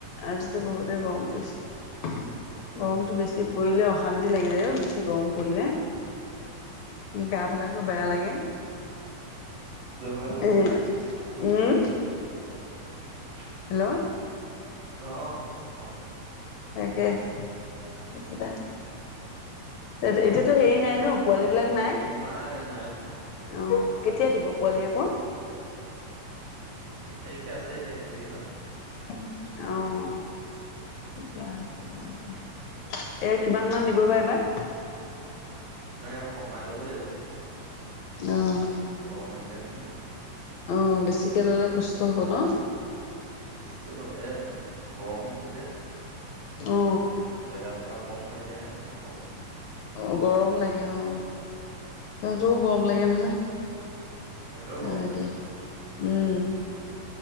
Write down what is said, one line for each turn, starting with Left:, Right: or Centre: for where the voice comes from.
Left: আজ।। বহুতেই গৰম পৰিছে।
Right: বহুত গৰম
Left: গৰমটো
Right: পৰিছে
Left: বেছি পৰিলে অশান্তি।। লাগিে <inaudible> বেছি গৰম পৰিলে? গা বিলাকো বেয়া লাগে।
Right: হয় বাৰু।
Left: উ, উম।
Right: উম,
Left: হেল্ল'
Right: অ', কওক।
Left: তাকে তাৰপিছতে। এই, এতিয়াতো হেৰি নাই ন, পোৱালী বিলাক নাই
Right: নাই, নাই, নাই।
Left: আহ কেতিয়া দিব পোৱালি আকৌ?
Right: এক তাৰিখে আছে এতিয়া কি হয়।
Left: আহ ঠিকে আছে বাৰু দিয়া। এ কিমান মান দিব বাৰো এইবাৰ?
Right: নাই এই বাৰ কমাই ল'ব লাগিব।
Left: অহ,
Right: গৰম আহিলে নহয়,
Left: অ বেছিকে ললে কষ্ট হব ন?
Right: বেছিকে ল'লে, গৰম যে।।
Left: অ
Right: জেগা টোকোৰা কম হৈ যায় আৰু। একদম গৰমত থাকে।
Left: অ গৰম।। লাগে অ। সিহঁতৰো
Right: উম,
Left: গৰম লাগে নহয়
Right: সিহঁতৰো গৰম
Left: আহ এ
Right: লাগে।
Left: দিয়া। উম